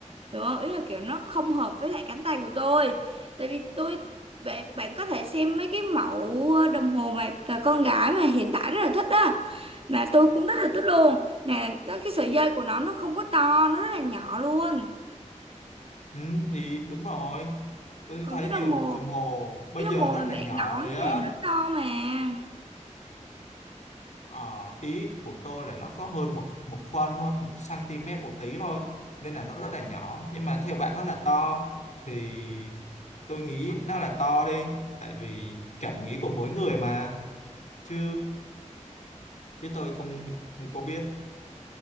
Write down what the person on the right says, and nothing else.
hiểu không ý là kiểu nó không hợp với lại cánh tay của tôi tại vì tôi bạn bạn có thể xem mấy cái mẫu đồng hồ mà cờ con gái mà hiện tại rất là thích á mà tôi cũng rất là thích luôn nè nó- cái sợi dây của nó nó không có to nó rất là nhỏ luôn
còn
cái đồng
hồ
cái đồng
hồ
mà
bạn
nói
nè nó to mà